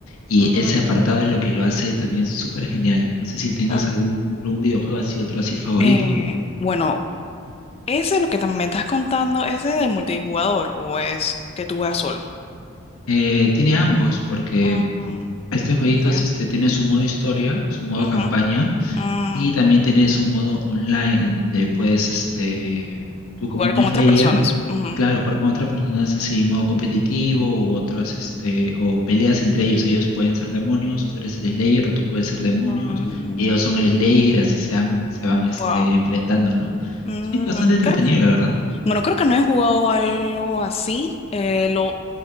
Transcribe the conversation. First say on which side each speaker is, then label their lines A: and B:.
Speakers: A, on the left; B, on the left.
A: Y
B: mm,
A: ese apartado es lo que lo hace también súper genial. No sé si tengas
B: ok.
A: algún, algún videojuego así, otro así favorito.
B: Eh, bueno, ese lo que tam- me estás contando, ese es de multijugador o es que tú juegas solo.
A: Eh, tiene ambos, porque
B: Mm,
A: este jueguito
B: ok.
A: es, este, tiene su modo historia, su modo
B: Ujú.
A: campaña,
B: Mm,
A: y también tiene su modo online, en donde puedes, este, tú
B: jugar
A: como un
B: con
A: Slayer,
B: otras personas. Ujú.
A: Claro, jugar con otras personas así, modo competitivo, u otras, este, o peleas entre ellos. Ellos pueden ser demonios, tú eres el Slayer o tú puedes ser demonios,
B: Mm,
A: y ellos son el Slayer, así se van, se van, este,
B: wow.
A: enfrentando, ¿no?
B: Mm,
A: Sí, bastante entretenido,
B: creo-
A: la verdad.
B: bueno, creo que no he jugado algo así. Eh, lo